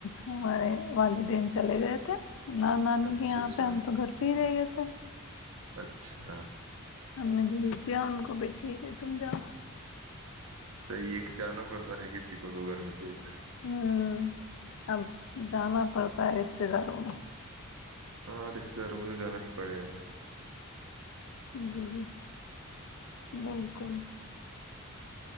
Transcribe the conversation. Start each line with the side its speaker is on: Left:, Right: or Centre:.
Left: ہمارے والدین چلے گئے تھے نہ نانی
Right: اچھا
Left: کے یہاں
Right: اچھا
Left: پہ ہم تو گھر پہ ہی رہے گئے تھے مھے
Right: اچھا
Left: ہم نے بھیج دیا ان کو بھی ٹھیک ہے تم جاؤ
Right: صحیح ہے کہ جانا پڑتا ہے کسی کو دو گھر میں سے ایک
Left: ہوں اب جانا پڑتا ہے رشتے داروں میں
Right: ہاں رشتے داروں مھ تو جانا ہی پڑے گا
Left: جیی بینکل